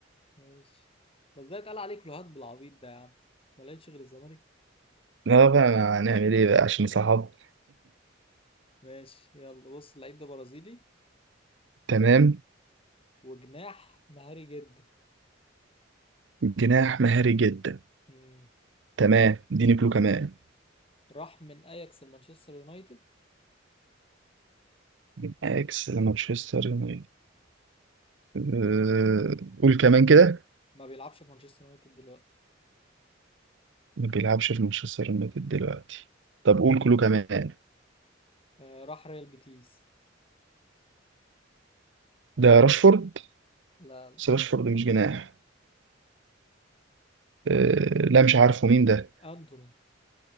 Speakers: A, on the left; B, on the right.
A: ماشي بس ده اتقال عليه كلوهات بالعبيط ده يا عم ما لقيتش غير الزمالك
B: لا بقى ما هنعمل ايه بقى عشان صحاب
A: ماشي يلا بص اللعيب ده برازيلي
B: <laughs> تمام
A: وجناح مهاري جدا
B: جناح مهاري جدا
A: مم.
B: تمام اديني كلو كمان
A: راح من اياكس لمانشستر يونايتد
B: من اكس لمانشستر يونايتد آه، قول كمان كده
A: ما بيلعبش في مانشستر يونايتد دلوقتي
B: ما بيلعبش في مانشستر يونايتد دلوقتي طب قول كلو كمان
A: آه راح ريال بيتيس
B: ده راشفورد
A: لا لا
B: بس راشفورد مش جناح آه، لا مش عارفه مين ده
A: انتوني